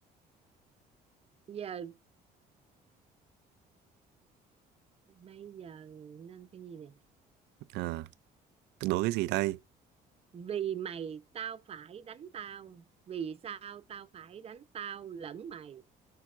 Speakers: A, on the right; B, on the right.
A: giờ bây giờ nên cái gì nè
B: à, đố cái gì đây
A: vì mày tao phải đánh tao vì sao tao phải đánh tao lẫn mày